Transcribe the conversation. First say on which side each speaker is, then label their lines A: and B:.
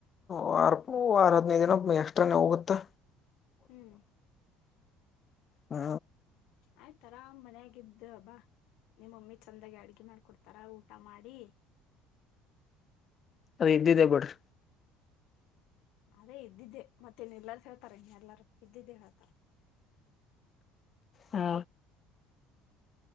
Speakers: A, on the left; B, on the left.
A: ವಾರ ವಾರ ಹದನೈ ದಿನ ಎಷ್ಟಾನೇ ಹೋಗುತ್ತೆ.
B: ಹ್ಮ್
A: ಹ್ಮ
B: ಆಯ್ತಲ್ಲ ಮನೆಯಾಗ ಇದ್ದು ಬಾ. ನಿಮ್ಮಮ್ಮಿ ಚಂದಾಗಿ ಅಡ್ಗೆ ಮಾಡಿಕೊಡ್ತಾರ ಊಟ ಮಾಡಿ.
A: ಅದ ಇದ್ದಿದೆ ಬಿಡ್ರಿ.
B: ಅದೇ ಇದ್ದಿದ್ದೆ ಮತ್ತೆನ್ ಎಲ್ಲರು ಹೇಳ್ತಾರೆ ಇನ್ನ ಎಲ್ಲರೂ ಇದ್ದಿದ್ದೆ ಹೇಳ್ತಾರ.
A: ಹಾ